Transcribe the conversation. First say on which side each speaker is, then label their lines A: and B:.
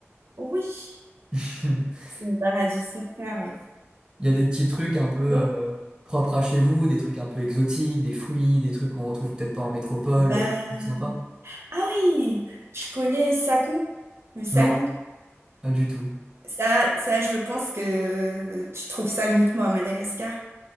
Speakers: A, on the right; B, on the right.
A: Oui,
B: <laughs>
A: c'est une paradis sur terre, oui.
B: Il y a des petits trucs un peu
A: Bon.
B: euh, propres à chez vous, des trucs un peu exotiques, des fruits, des trucs qu'on retrouve peut-être pas en métropole.
A: Bah,
B: C'est sympa.
A: Ah oui, je connais Sakou, le Sakou.
B: Non, pas du tout.
A: Ça, ça, je pense que tu trouves ça uniquement à Madagascar.